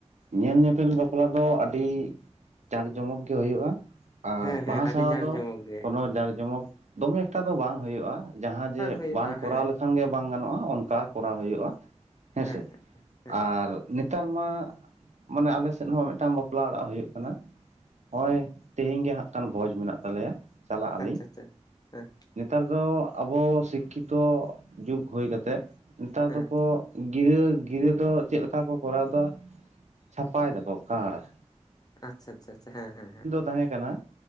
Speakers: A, on the right; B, on the left.
A: ᱧᱮᱞ ᱧᱮᱯᱮᱞ ᱵᱟᱯᱞᱟ ᱫᱚ ᱟᱹᱰᱤ ᱡᱟᱸᱠ ᱡᱚᱢᱚᱠ ᱜᱮ ᱦᱩᱭᱩᱜᱼᱟ᱾ ᱟᱨ
B: ᱦᱮᱸ ᱦᱮᱸ
A: ᱵᱟᱦᱟ
B: ᱟᱹᱰᱤ
A: ᱥᱟᱶᱦᱟ
B: ᱡᱟᱸᱠ
A: ᱫᱚ
B: ᱡᱚᱢᱚᱠ ᱜᱮ
A: ᱠᱳᱱᱚ ᱡᱟᱸᱠ ᱡᱚᱢᱚᱠ ᱫᱚᱢᱮ ᱮᱠᱴᱟ ᱫᱚ ᱵᱟᱝ ᱦᱳᱭᱳᱜᱼᱟ᱾ ᱡᱟᱦᱟᱸ ᱡᱮ
B: ᱦᱩᱭᱩᱜᱼᱟ
A: ᱵᱟᱝ ᱠᱚᱨᱟᱣ
B: ᱦᱮᱸ
A: ᱞᱮᱠᱷᱟᱱ ᱜᱮ ᱵᱟᱝ ᱜᱟᱱᱚᱜᱼᱟ ᱚᱱᱠᱟ ᱠᱚᱨᱟᱣ ᱦᱳᱭᱳᱜᱼᱟ᱾ ᱦᱮᱸᱥᱮ?
B: ᱦᱮᱸ ᱦᱮᱸ ᱦᱮᱸ
A: ᱟᱨ ᱱᱮᱛᱟᱨ ᱢᱟ ᱢᱟᱱᱮ ᱟᱞᱮ ᱥᱮᱫ ᱦᱚᱸ ᱢᱤᱫᱴᱟᱝ ᱵᱟᱯᱞᱟ ᱚᱲᱟᱜ ᱦᱳᱭᱳᱜ ᱠᱟᱱᱟ ᱦᱸᱚᱜᱼᱚᱭ ᱛᱤᱦᱮᱧ ᱜᱮ ᱦᱟᱸᱜ ᱠᱷᱟᱱ ᱵᱷᱚᱡᱽ ᱢᱮᱱᱟᱜ ᱛᱟᱞᱮᱭᱟ᱾ ᱪᱟᱞᱟᱜ ᱟᱹᱞᱤᱧ
B: ᱟᱪᱷᱟ ᱟᱪᱷᱟ ᱦᱮᱸ
A: ᱱᱮᱛᱟᱨ ᱫᱚ ᱟᱵᱚ ᱥᱤᱠᱷᱤᱛᱚ ᱡᱩᱜᱽ ᱦᱩᱭ ᱠᱟᱛᱮᱫ ᱱᱮᱛᱟᱨ
B: ᱦᱮᱸ
A: ᱫᱚᱠᱚ ᱜᱤᱨᱟᱹ ᱜᱤᱨᱟᱹ ᱫᱚ ᱪᱮᱫ ᱞᱮᱠᱟ ᱠᱚ ᱠᱚᱨᱟᱣ ᱮᱫᱟ ᱪᱷᱟᱯᱟᱭ ᱫᱟᱠᱚ ᱠᱟᱲ ᱾
B: ᱟᱪᱷᱟ ᱟᱪᱷᱟ ᱦᱮᱸ ᱦᱮᱸ ᱦᱮᱸ
A: ᱛᱟᱦᱮᱸ ᱠᱟᱱᱟ